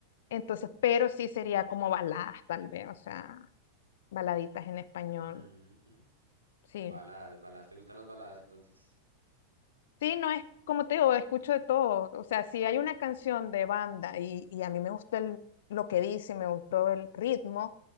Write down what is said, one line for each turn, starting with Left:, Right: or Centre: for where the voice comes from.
Left: Entonces, pero sí sería como baladas, tal vez, o sea, baladitas en español.
Right: ujú.
Left: Sí,
Right: Baladas, baladas, ¿te gustan las baladas entonces?
Left: sí, no es como te digo, escucho de todo. O sea, si hay una canción de banda y, y a mí me gustó el- lo que dice, me gustó el ritmo,